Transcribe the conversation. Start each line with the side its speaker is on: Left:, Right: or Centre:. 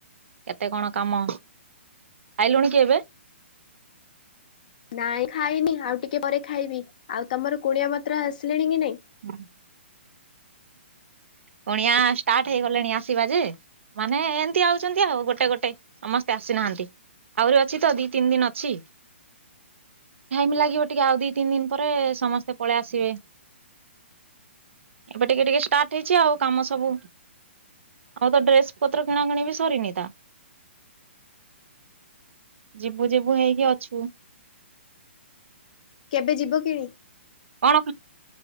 Right: କେତେ କଣ କାମ ଖାଇଲୁଣି କି ଏବେ?
Left: ଶବ୍ଦ ଆସୁନି। ନାଇଁ ଖାଇନି ଆଉ ଟିକେ ପରେ ଖାଇବି ଆଉ ତମର କୁଣିଆ ମାତ୍ର ଆସିଲେଣି କି ନାଇଁ।
Right: ହଁ। ପଣିଆ ଷ୍ଟାର୍ଟ ହେଇଗଲେଣି ଆସିବାଜେ। ମାନେ ଏମିତି ଆଉଛନ୍ତି ଆଉ ଗୋଟେ ଗୋଟେ ସମସ୍ତେ ଆସିନାହାନ୍ତି। ଆହୁରି ଅଛି ତ ଦି ତିନି ଦିନ ଅଛି। ଟାଇମ୍ ଲାଗିବ ଟିକେ ଆଉ ଦି ତିନି ଦିନ ପରେ ସମସ୍ତେ ପଳେଇ ଆସିବେ। ଏବେ ଟିକେ ଟିକେ ଷ୍ଟାର୍ଟ ହେଇଛି ଆଉ କାମ ସବୁ। ଆଉ ତ ଡ୍ରେସ ପତ୍ର କିଣା କିିଣି ବି ସରିନି ତା। ଯିବୁ ଯିବୁ ହେଇକି ଅଛୁ
Left: ଏବେ ଯିବ କି?
Right: କଣ